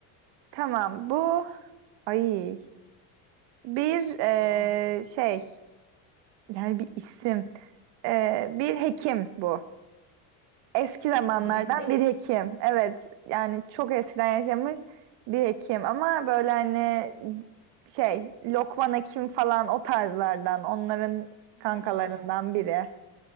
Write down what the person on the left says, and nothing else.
Zor mu?
Bilindik.
Ha,